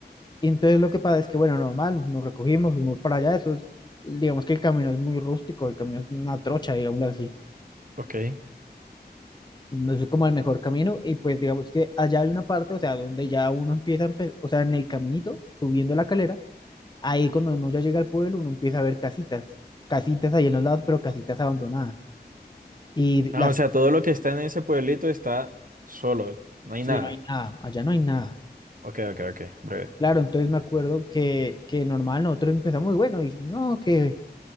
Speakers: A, on the left; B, on the right.
A: Y entonces lo que pasa es que, bueno, normal, nos recogimos, fuimos para allá, eso es, digamos que el camino es muy rústico, el camino es una trocha, digámoslo así,
B: Ok.
A: no es como el mejor camino, y pues digamos que allá hay una parte, o sea, donde ya uno empieza, a empe- o sea, en el caminito, subiendo la calera Ahí cuando uno ya llega al pueblo, uno empieza a ver casitas, casitas ahí en los lados, pero casitas abandonadas. Y
B: Ah,
A: las
B: o sea, todo lo que está en ese pueblito está solo, no hay
A: sí,
B: nada.
A: no hay nada, allá no hay nada.
B: Ok, ok, ok, breve.
A: Claro, entonces me acuerdo que, que normal nosotros empezamos, y bueno, dijimos, no, que